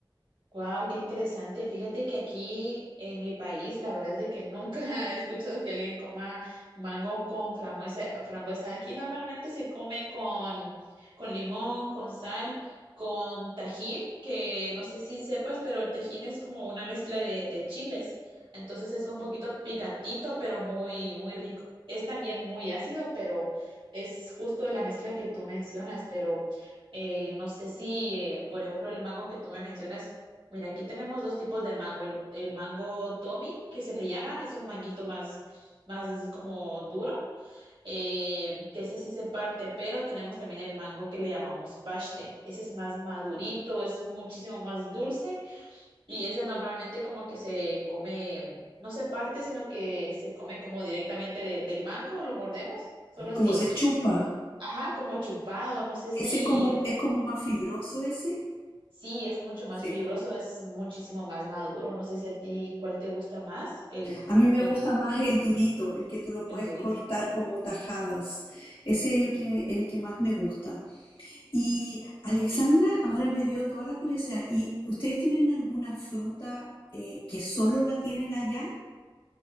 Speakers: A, on the right; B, on the left.
A: Wow, qué interesante. Fíjate que aquí en mi país, la verdad es de que nunca <laughs> he escuchado que alguien coma mango con frambuesa, frambuesa. Aquí normalmente se come con, con limón, con sal, con tajín, que no sé si sepas, pero el tajín es como una mezcla de, de chiles. Entonces es un poquito picantito, pero muy, muy rico. Es también muy ácido, pero es justo la mezcla que tú mencionas, pero eh, no sé si, eh, por ejemplo, el mango que tú me mencionas Mira, aquí tenemos dos tipos de mango. El, el mango Tommy, que se le llama, es un manguito más, más como duro, eh, que ese sí se parte, pero tenemos también el mango que le llamamos paste. Ese es más madurito, es muchísimo más dulce y ese normalmente como que se come, no se parte, sino que se come como directamente de- del mango, lo mordemos, solo así.
B: Como se chupa.
A: Ajá, como chupado. No sé si
B: Ese es como, es como más fibroso ese.
A: Sí, es mucho más
B: Sí.
A: fibroso, es muchísimo más maduro. No sé si a ti cuál te gusta más, el,
B: A mí me
A: el,
B: gusta más el durito, el que tú lo puedes
A: el durito.
B: cortar como tajadas. Ese es el que, el que más me gusta. Y Alexandra, ahora me dio toda la curiosidad. ¿Y ustedes tienen alguna fruta eh, que solo la tienen allá?